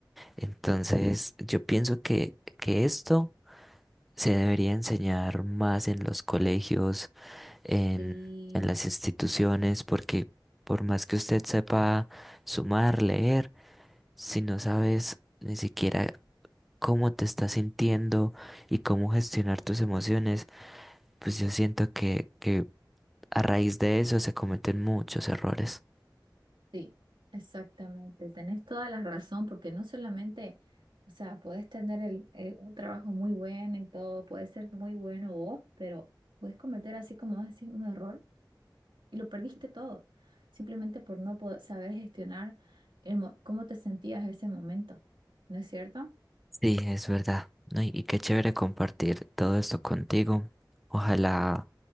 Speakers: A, in the centre; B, on the right.
A: Entonces, yo pienso que, que esto se debería enseñar más en los colegios en,
B: Sí,
A: en las instituciones, porque por más que usted sepa sumar, leer, si no sabes ni siquiera cómo te estás sintiendo y cómo gestionar tus emociones, pues yo siento que, que a raíz de eso se cometen muchos errores.
B: Sí, exactamente. Tenés toda la razón porque no solamente, o sea, podés tener el- eh, un trabajo muy bueno y todo, puede ser muy bueno vos, pero puedes cometer así como vas a decir un error y lo perdiste todo, simplemente por no poder saber gestionar el, mo- cómo te sentías en ese momento. ¿No es cierto?
A: Sí, es verdad. ¿no? Y y qué chévere compartir todo esto contigo. Ojalá,